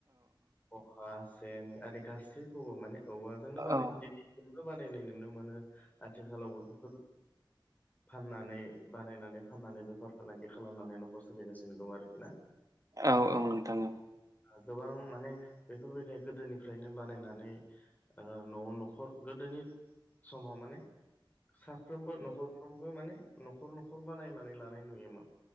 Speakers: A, on the left; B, on the right.
A: ओ खखा, सेन आरि गासैखौबो माने औवाजोंनो बानाय
B: औ
A: दिबो बानायनाय नुनो मोनो आथिखालावबो बेफोर फाननानै बा नायनानै फाननानै बेफार फालांगि खालामनानै न'खर सोलिगासिनो दं आरोखि ना
B: औ औ नोंथां औ।
A: गोबां माने बेफोरबायदि गोदोनिफ्रायनो बानायनानै ओ न'आव न'खर गोदोनि समाव माने साफ्रोमबो न'खरफ्रोमबो माने न'खर न'ख खर बानायनानै लानाय नुयोमोन